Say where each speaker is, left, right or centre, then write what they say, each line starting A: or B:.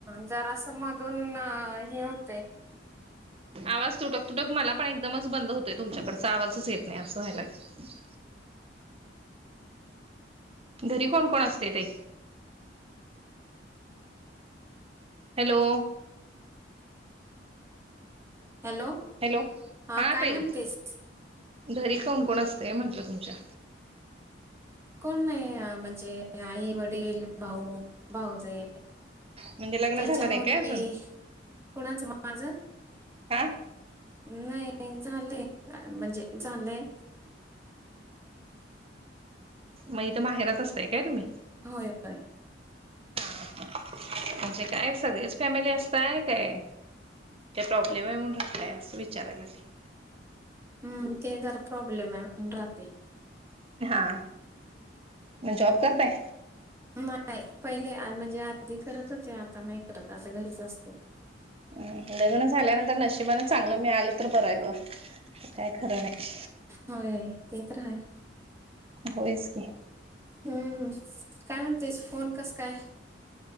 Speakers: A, on the right (about 15°); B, on the right (about 35°).
A: जरासमधून हे होते
B: आवाज तुटक तुटक मला पण एकदमच बंद होतोय तुमच्याकडचा आवाजच येत नाही असं व्हायला लागत घरी कोण कोण असते ते हॅलो.
A: हॅलो.
B: हॅलो
A: हा
B: हां
A: काय
B: ताई
A: म्हणतेस
B: घरी कोण कोण असतय म्हंटलं तुमच्या?
A: कोण नाही अ म्हंजे आई-वडील, भाऊ-भाऊजय.
B: म्हणजे लग्न
A: त्याच्या
B: झालं
A: मुली,
B: नाही काय अजून
A: कोणाचं माझं?
B: हा
A: नाही झालेय म्हणजे झालंय.
B: मग इ तर माहेरात असतय काय तुम्ही
A: होय होय
B: हा म्हणजे काय सगळीच फॅमिली असत आहे काय ते प्रॉब्लेम आहेणूनकलाय असं विचारायला लागे
A: हम्म ते जरा प्रॉब्लेम आहे म्हण राहते
B: हा मग जॉब करताय
A: नाही पहिले म्हणजे आधी करत हो ते आता नाही करत आता घरीच असते
B: हम लग्न झाल्यानंतर नशिबाने चांगलं मी आलं तर बरायल काय खरं नाही
A: होय तेच राहाय
B: होस क
A: हम्म काय म्हणतेस फोन कस काय